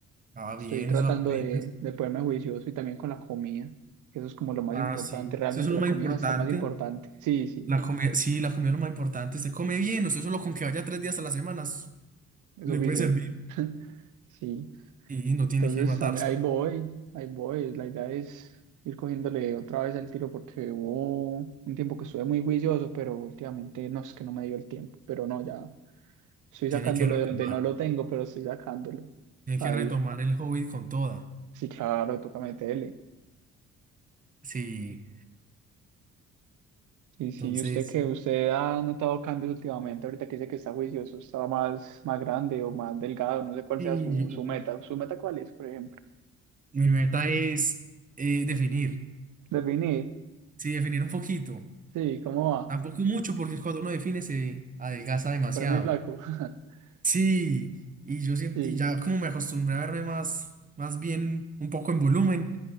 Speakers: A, on the right (about 25°); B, on the right (about 65°).
A: Ah,
B: estoy
A: bien,
B: tratando
A: eso apenas.
B: de, de ponerme juicioso y también con la comida, que eso es como lo más
A: Ah,
B: importante,
A: sí.
B: realmente
A: Eso es lo
B: la
A: más
B: comida
A: importante.
B: está más importante, sí, sí,
A: La comida, sí, la comida es lo más importante. Usted come bien, usted solo con que vaya tres días a la semana s-
B: es
A: le
B: suficiente,
A: puede servir.
B: <laughs> sí.
A: Y no tiene
B: Entonces,
A: que matarse,
B: a mí- ahí voy, ahí voy. La idea es ir cogiéndole otra vez el tiro porque hubo un tiempo que estuve muy juicioso, pero últimamente no es que no me dio el tiempo. Pero no, ya estoy
A: tiene
B: sacándolo
A: que retomar.
B: de donde no lo tengo, pero estoy sacándolo
A: Tiene
B: a
A: que retomar
B: ir.
A: el hobby con toda.
B: Sí, claro, toca meterle.
A: Sí,
B: Y sí,
A: entonces,
B: usted que usted ha notado cambios últimamente, ahorita que dice que está juicioso, estaba más, más grande o más delgado, no sé cuál
A: sí,
B: sea su, su
A: yo-
B: meta. ¿Su meta cuál es, por ejemplo?
A: y mi meta es eh, definir.
B: Definir.
A: Sí, definir un poquito.
B: Sí, ¿cómo va?
A: Tampoco mucho, porque cuando uno define se adelgaza demasiado.
B: Pero muy flaco. <laughs>
A: Sí, y yo siento,
B: Sí.
A: y ya como me acostumbré a verme más, más bien un poco en volumen,